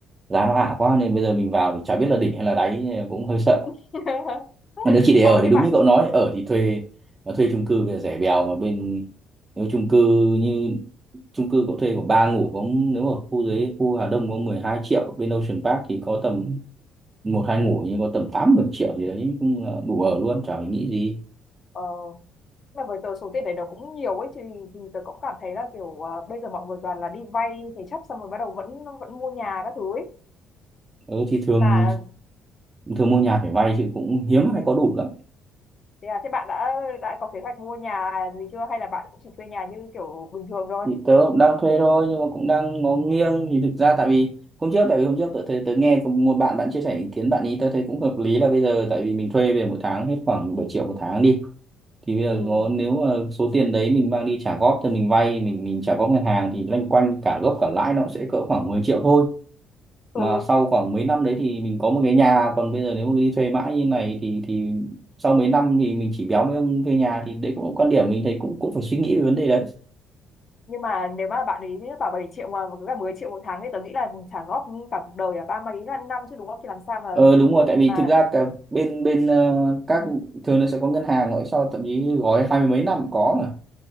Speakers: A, on the right; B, on the left.
A: giá nó ảo quá nên bây giờ mình vào thì chả biết là đỉnh hay là đáy cũng hơi sợ
B: <laughs>
A: Mà nếu chỉ để
B: ờ
A: ở thì
B: thế
A: đúng
B: bạn
A: như cậu nói ở thì thuê mà thuê chung cư bây giờ rẻ bèo mà bên nếu chung cư như chung cư cậu thuê có ba ngủ có nếu ở khu dưới khu Hà Đông có 12 triệu bên Ocean Park thì có tầm một hai ngủ nhưng có tầm tám 10 triệu gì đấy cũng là đủ ở luôn chả phải nghĩ gì
B: ờ mà với tớ số tiền đấy nó cũng nhiều ấy chứ thì tớ cũng cảm thấy là kiểu ờ, bây giờ mọi người toàn là đi vay thế chấp xong rồi bắt đầu vẫn vẫn mua nhà các thứ ấy
A: ừ, thì thường
B: mà
A: thường mua nhà phải vay chứ cũng hiếm ai có đủ lắm
B: thế à thế bạn đã đã có kế hoạch mua nhà gì chưa hay là bạn cũng chỉ thuê nhà như kiểu bình thường thôi
A: thì tớ cũng đang thuê thôi nhưng mà cũng đang ngó nghiêng thì thực ra tại vì hôm trước tại vì hôm trước tớ thấy tớ nghe có một bạn bạn chia sẻ ý kiến bạn ý tớ thấy cũng hợp lý là bây giờ tại vì mình thuê về mỗi tháng hết khoảng 7 triệu một tháng đi thì bây giờ
B: ừ
A: ngó nếu mà số tiền đấy mình mang đi trả góp cho mình vay mình mình trả góp ngân hàng thì loanh quanh cả gốc cả lãi nó cũng sẽ cỡ khoảng 10 triệu thôi
B: ừ
A: mà sau khoảng mấy năm đấy thì mình có một cái nhà còn bây giờ nếu mà đi thuê mãi như này thì thì sau mấy năm thì mình chỉ béo mấy ông thuê nhà thì đấy cũng là một quan điểm mình thấy cũng cũng phải suy nghĩ về vấn đề
B: nhưng mà nếu mà bạn ấy bảo 7 triệu mà cứ cả 10 triệu một tháng thì tớ nghĩ là trả góp cả cuộc đời à ba mấy là năm chứ đúng không thì làm sao mà
A: Ờ đúng rồi tại vì
B: mà
A: thực ra cả bên bên ờ, các thường nó sẽ có ngân hàng gọi cho thậm chí gói hai mươi mấy năm cũng có mà